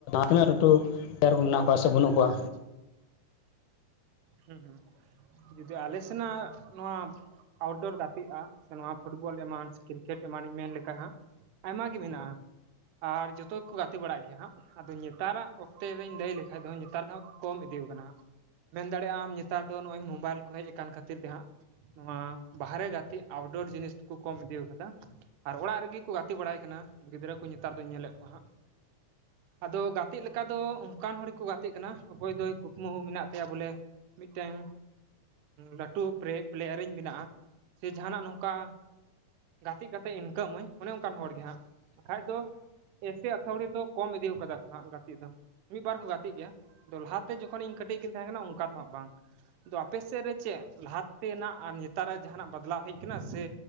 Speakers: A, on the left (about 80°); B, on the right (about 80°).
A: ᱛᱤᱱᱟᱹᱜ <unintelligible> ᱞᱟᱹᱴᱩ ᱰᱟᱨ ᱠᱚ ᱢᱮᱱᱟᱜ ᱠᱚᱣᱟ ᱥᱮ ᱵᱟᱹᱱᱩᱜ ᱠᱚᱣᱟ
B: <inaudible> ᱦᱩᱸ ᱦᱩᱸ, ᱡᱩᱫᱤ ᱟᱞᱮ ᱥᱮᱱᱟᱜ ᱱᱚᱣᱟ ᱟᱣᱴᱚᱨ ᱜᱟᱛᱮᱜᱼᱟ ᱥᱮ ᱱᱚᱣᱟ ᱯᱷᱩᱴᱵᱚᱞ ᱮᱢᱟᱱᱪᱼᱼ ᱠᱨᱤᱠᱮᱴ ᱮᱢᱟᱱᱤᱧ ᱢᱮᱱ ᱞᱮᱠᱷᱟᱡ ᱦᱟᱸᱜ ᱟᱭᱢᱟ ᱜᱮ ᱢᱮᱱᱟᱜᱼᱟ ᱟᱨ ᱡᱚᱛᱚ ᱜᱮᱠᱚ ᱜᱟᱛᱮ ᱵᱟᱲᱟᱜ ᱜᱮᱭᱟ ᱦᱟᱸᱜ᱾ ᱟᱫᱚ ᱱᱮᱛᱟᱨᱟᱜ ᱚᱠᱛᱮ ᱨᱮᱧ ᱞᱟᱹᱭ ᱞᱮᱠᱠᱷᱟᱡ ᱫᱚ ᱱᱮᱛᱟᱨ ᱫᱚ ᱦᱟᱸᱜ ᱠᱚ ᱠᱚᱢ ᱤᱫᱤ ᱠᱟᱱᱟ ᱦᱟᱸᱜ ᱢᱮᱱ ᱫᱟᱲᱮ ᱟᱢ ᱱᱮᱛᱟᱨ ᱫᱚ ᱱᱚᱜᱼᱚᱭ ᱢᱳᱵᱟᱭᱤᱞ ᱠᱚ ᱦᱮᱡ ᱟᱠᱟᱱ ᱠᱷᱟᱹᱛᱤᱨ ᱛᱮ ᱦᱟᱸᱜ ᱱᱚᱣᱟ ᱵᱟᱦᱨᱮ ᱜᱟᱛᱮ ᱟᱣᱰᱳᱨ ᱡᱤᱱᱤᱥ ᱠᱚ ᱠᱚᱢ ᱤᱫᱤᱣ ᱠᱟᱫᱟ ᱟᱨ ᱚᱲᱟᱜ ᱨᱮᱜᱮ ᱠᱚ ᱜᱟᱛᱮ ᱵᱟᱲᱟᱭ ᱠᱟᱱᱟ ᱜᱤᱫᱽᱨᱟᱹ ᱠᱚ ᱱᱮᱛᱟᱨ ᱫᱚᱧ ᱧᱮᱞᱮᱫ ᱠᱚᱣᱟ ᱦᱟᱸᱜ, ᱟᱫᱚ ᱜᱟᱛᱮᱜ ᱞᱮᱠᱟ ᱫᱚ ᱚᱱᱠᱟᱱ ᱦᱚᱲ ᱜᱮᱠᱚ ᱜᱟᱛᱮᱜ ᱠᱟᱱᱟ ᱚᱠᱚᱭ ᱫᱚᱭ ᱠᱩᱠᱢᱩ ᱢᱮᱱᱟᱜ ᱛᱮᱭᱟ ᱵᱚᱞᱮ ᱢᱤᱫᱴᱮᱝ ᱞᱟᱹᱴᱩ ᱯᱨᱮ ᱯᱞᱮᱭᱟᱨᱤᱧ ᱵᱮᱱᱟᱜ-ᱟ ᱥᱮ ᱡᱟᱦᱟᱱᱟᱜ ᱱᱚᱝᱠᱟ ᱜᱟᱛᱮ ᱠᱟᱛᱮ ᱤᱱᱠᱟᱜᱢᱟᱹᱧ ᱚᱱᱮ ᱚᱱᱠᱟᱱ ᱦᱚᱲ ᱜᱮ ᱦᱟᱸᱜ ᱵᱟᱠᱷᱟᱡ ᱫᱚ ᱮᱥᱮ ᱟᱹᱛᱷᱟᱣᱲᱤ ᱫᱚ ᱠᱚᱢ ᱤᱫᱤ ᱠᱟᱫᱟ ᱠᱚ ᱦᱟᱸᱜ ᱜᱟᱛᱮᱜ ᱫᱚ ᱢᱤᱫ ᱵᱟᱨ ᱠᱚ ᱜᱟᱛᱮᱜ ᱜᱮᱭᱟ᱾ ᱞᱟᱦᱟ ᱛᱮ ᱡᱚᱠᱷᱚᱱ ᱤᱧ ᱠᱟᱹᱴᱤᱡ <inaudible> ᱚᱱᱠᱟ ᱫᱚ ᱦᱟᱸᱜ ᱵᱟᱝ ᱛᱚ ᱟᱯᱮ ᱥᱮᱫ ᱨᱮ ᱪᱮᱫ ᱞᱟᱦᱟ ᱛᱮᱱᱟᱜ ᱟᱨ ᱱᱮᱛᱟᱨᱟᱜ ᱡᱟᱦᱟᱱᱟᱜ ᱪᱟᱞᱟᱣ ᱦᱮᱡ ᱠᱟᱱᱟ ᱥᱮ